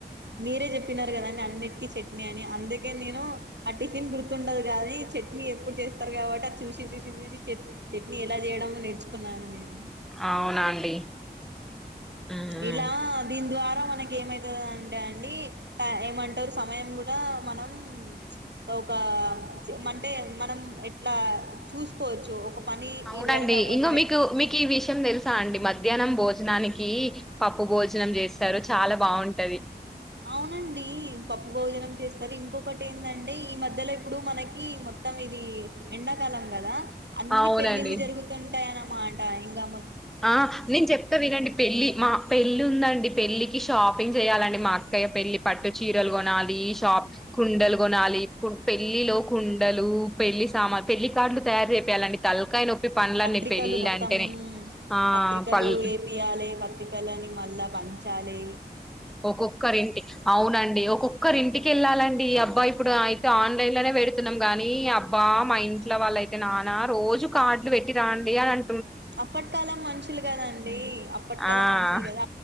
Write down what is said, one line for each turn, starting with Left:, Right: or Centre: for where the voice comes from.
Right: మీరే చెప్పినారు కదాండి అన్నిటికి చెట్ బిర్యాని అందుకే నేను ఆ టిఫిన్ గుర్తుండదు కానీ చట్నీ ఎప్పుడు చేస్తారు కాబట్టి అది చూసి చూసి చూసి చట్నీ ఎలా చేయడం నేర్చుకున్నాను నేను
Centre: అవునా అండి మ్మ్
Right: ఇలా దిని ద్వారా మనకి ఏమైతది అంటే అండి ఏమంటారు సమయం కూడా మనం ఒక అంటే మనం ఎట్లా చూసుకోవచ్చు ఒక పని
Centre: అవునండి
Right: ఈడి వరకు అవ్వచ్చు
Centre: ఇంగో
Right: లేక
Centre: మీకు మీకు ఈ విషయం తెలుసా అండి మరి మధ్యాహ్నం భోజనానికి పప్పు భోజనం చేస్తారు చాలా బావుంటది
Right: అవునండి పప్పు భోజనం చేస్తారు ఇంకొకటి ఏంటంటే ఈ మధ్యలో ఇప్పుడు మనకి మొత్తం ఇది ఎండాకాలం కదా అన్ని
Centre: అవునండి
Right: పెళ్లిళ్లు జరుగుతుంటాయన్నమ్ మాట ఇంగా మ
Centre: ఆ నేను చెప్తా వినండి పెళ్ళి మా పెళ్లి ఉందండి పెళ్లి కి షాపింగ్ చేయాలండి మా అక్కయ్య పెళ్లి పట్టు చీరలు కొనాలి షాప్ కుండలు కొనాలి కు పెళ్లిలో కుండలు పెళ్లి సామాన్ పెళ్లి కార్డులు తయారుచేపియాలండి తలకాయ నొప్పి. పనులన్నీ
Right: పత్రికలు
Centre: పెళ్ళి
Right: మొత్తం
Centre: అంటేనే ఆ
Right: పత్రికలు
Centre: పల్
Right: ఏపీ యాలే పత్రికలని మళ్ళ్ ఇట్ల పంచాలే
Centre: ఒక్కొక్కరి ఇంటి అవునండి ఒక్కొక్కరి ఇంటికి వెళ్ళాలండి అ అబ్బా ఇప్పుడు అయితే ఆన్లైన్ లోనే పెడుతున్నాం కానీ అబ్బా మా ఇంట్లో వాళ్ళ అయితే నానా రోజు కార్డులు పెట్టి రాండి అని అం
Right: అప్పటి కాలం మనుషులు కదా అండి అప్పటి కాలం
Centre: ఆ
Right: మనుషులు కదా